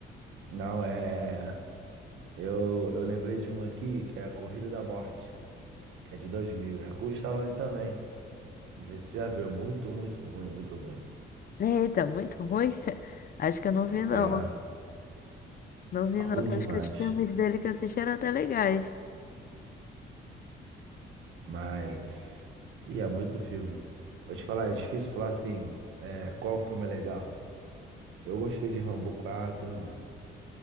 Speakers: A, on the right (about 85°); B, on the left (about 50°).
A: não, é, é. é. Eu, eu lembrei de uma aqui, que é a Corrida da Morte, que é de 2000. É com o Stallone também. Não sei se tu já viu. é Muito, muito ruim, muito ruim.
B: Eita, muito ruim. <laughs> Acho que eu não vi, não.
A: É,
B: Não vi,
A: ruim
B: não. Acho
A: demais.
B: que os filmes dele que eu assisti eram até legais.
A: Mas. E é muito filme. Vou te falar, é difícil falar assim, é, qual filme é legal. Eu gostei de Rambo 4, né?